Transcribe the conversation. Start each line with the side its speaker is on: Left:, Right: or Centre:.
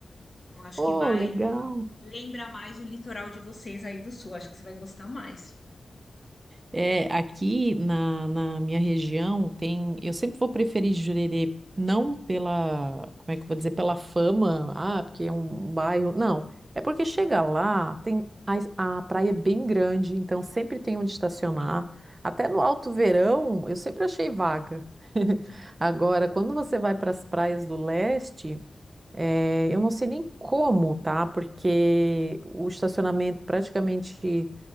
Left: Eu acho
Right: Oh,
Left: que vai,
Right: legal.
Left: Lembra mais o litoral de vocês aí do sul. Acho que você vai gostar mais.
Right: É, aqui na, na minha região tem. Eu sempre vou preferir Jurerê, não pela, como é que eu vou dizer, pela fama, ah, porque é um bairro. Não, é porque chega lá, tem a, a praia é bem grande, então sempre tem
Left: Sim,
Right: onde estacionar. Até no alto verão, eu sempre achei vaga. <laughs> Agora, quando você vai
Left: sim.
Right: para as praias do leste, é, eu não sei nem como, tá? Porque o estacionamento praticamente